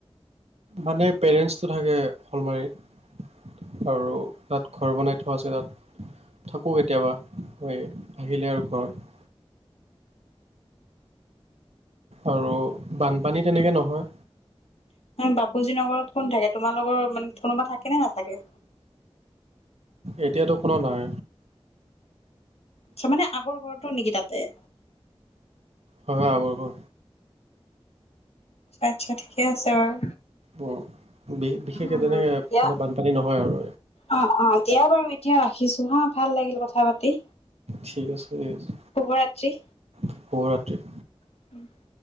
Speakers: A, on the right; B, on the left.
A: মানে পেৰেণ্টছটো থাকে শ'লমাৰীত। আৰু তাত ঘৰ বনাই থোৱা আছে তাত। থাকোঁ কেতিয়াবা, মই আহিলে আৰু ঘৰত। আৰু বানপানী তেনেকে নহয়।
B: বাপুজী নগৰত কোন থাকে? তোমাৰ লগৰ মানে, কোনোবা থাকেনে নাথাকে?
A: এতিয়াতো কোনো নাই।
B: আচ্ছা, মানে আগৰ ঘৰতো নেকি তাতে?
A: হয়, হয়, আগৰ ঘৰতো।
B: আটচ্ছা, ঠিকে আছে বাৰু।
A: উম, বিশে-বিশেষ
B: উম,
A: হে তেনেকে
B: দিয়া
A: মানে বানপানী নহয় আৰু।
B: অ', অ'। দিয়া বাৰু এতিয়া ৰাখিছোঁ হা। ভাল লাগিল কথা-পাতি।
A: ঠিক আছে, ঠিক আছে।
B: শুভৰাত্ৰি।
A: শুভৰাত্ৰি।
B: <inaudible>